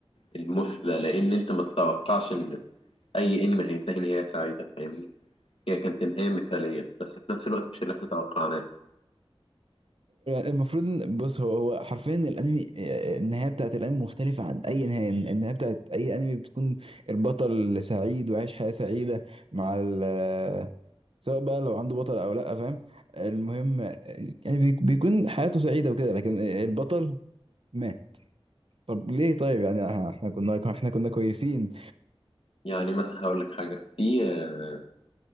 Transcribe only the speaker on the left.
المثلى لان انت ما تتوقعش ان اي انمي هينتهي نهايه سعيده فاهمني هي كانت نهايه مثاليه بس في نفس الوقت مش اللي احنا توقعناه
يعني مثلا هقول لك حاجه في آه،